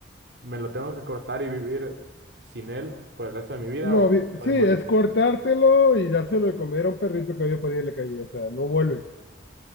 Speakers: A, on the right (about 75°); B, on the left (about 70°).
A: me lo tengo que cortar y vivir sin él por el resto de mi vida
B: No,
A: o me
B: vi-
A: lo pueden
B: sí, es
A: volver a...
B: cortártelo y dárselo de comer a un perrito que había por ahí en la calle. O sea, no vuelve.
A: Uf.